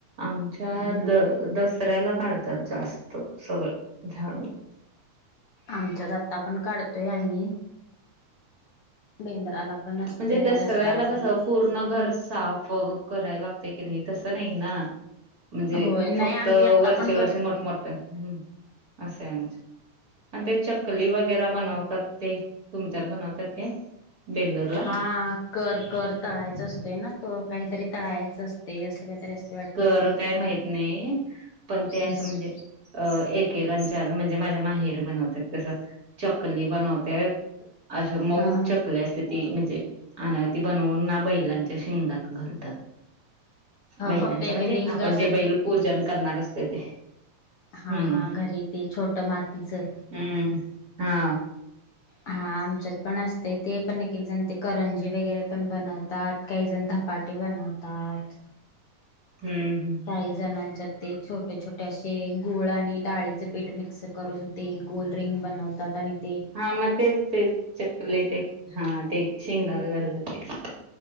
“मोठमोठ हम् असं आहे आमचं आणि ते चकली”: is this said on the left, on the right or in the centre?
Right